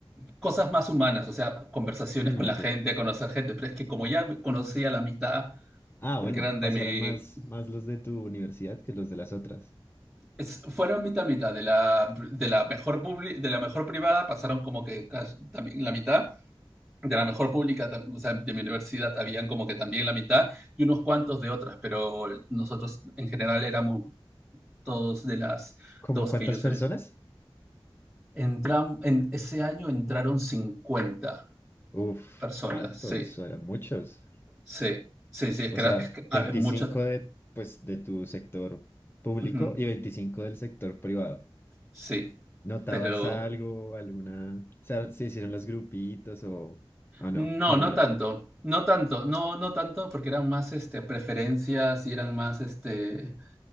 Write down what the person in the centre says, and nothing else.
cosas más humanas, o sea, conversaciones
con
la gente, conocer gente, pero es que como ya conocía la mitad,
porque
eran
de mi,
Es- fueron mitad mitad de la, de la mejor publi- de la mejor privada pasaron como que casi también la mitad de la mejor pública tam- o sea, de mi universidad habían como que también la mitad y unos cuantos de otras pero nosotros en general éramos todos de las
dos
que yo sé
entram en ese año entraron cincuenta
personas
sí
sí sí sí es
que,
era, es que,
ah, mucho
Ujú,
sí
pero
No,
no tanto, no tanto, no, no tanto, porque eran más este, preferencias y eran más, este,